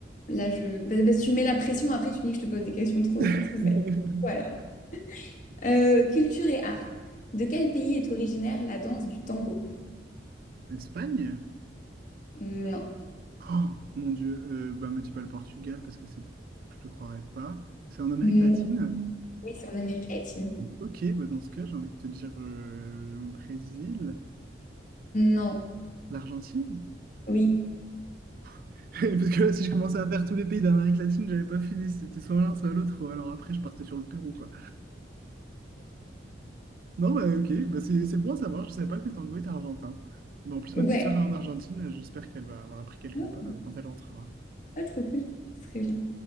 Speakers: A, on the left (about 45°); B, on the right (about 50°).
A: Là, je... Parce parce que tu mets la pression, après tu me dis que je te pose des questions trop
B: <laughs>
A: fa- trop faciles. Voilà. Euh, culture et art. De quel pays est originaire la danse du tango?
B: L'Espagne?
A: Non.
B: Oh mon Dieu, euh, bah me dis pas le Portugal parce que c'est, je te croirais pas. C'est en Amérique
A: Mm,
B: latine?
A: Oui, c'est en Amérique latine.
B: Ok, bah dans ce cas, j'ai envie de te dire euh, le Brésil,
A: Non.
B: l'Argentine.
A: Oui.
B: <laughs> Parce que là, si je commençais à faire tous les pays d'Amérique latine, j'avais pas fini. C'était soit l'un, soit l'autre. Alors après, je partais sur le Pérou, quoi. Non, bah ok, bah, c'est c'est bon à savoir. Je savais pas que le tango était argentin. Mais en plus,
A: Ouais.
B: ma petite sœur est en Argentine. J'espère qu'elle va avoir appris quelques
A: Ah,
B: pas euh, quand elle rentrera.
A: ah, trop cool. Très bien.